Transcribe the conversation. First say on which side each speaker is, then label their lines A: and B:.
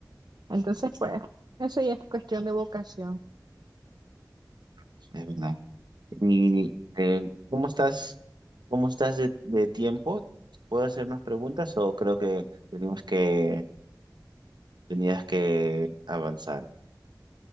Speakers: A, on the right; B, on the right.
A: Entonces, pues, eso ya es cuestión de vocación.
B: Es verdad. Y eh, ¿cómo estás? ¿Cómo estás de, de tiempo? ¿Puedo hacer más preguntas o creo que tenías que tenías que avanzar?